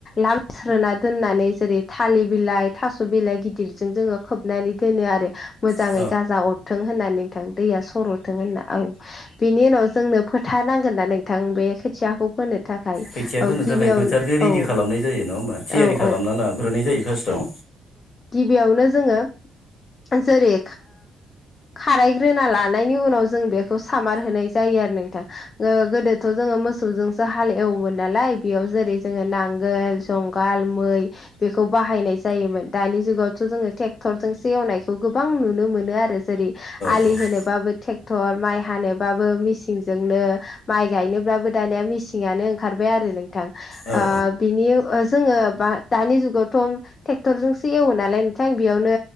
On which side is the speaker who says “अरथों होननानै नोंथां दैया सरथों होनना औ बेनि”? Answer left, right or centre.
Left